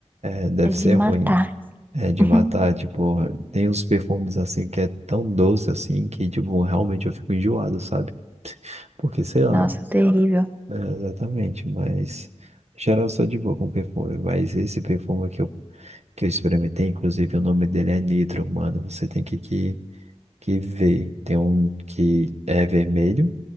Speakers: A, on the right (about 75°); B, on the right (about 15°).
A: É, deve
B: É
A: ser
B: de
A: ruim.
B: matar.
A: É de
B: <laughs>
A: matar, tipo, tem uns perfumes assim que é tão doce assim que, tipo, realmente eu fico enjoado, sabe? Porque, sei lá,
B: Nossa, terrível.
A: é, exatamente, mas em geral eu sou de boa com perfume, mas esse perfume que eu, que eu experimentei, inclusive o nome dele é Nitro, mano, você tem que, que, que ver. Tem um que é vermelho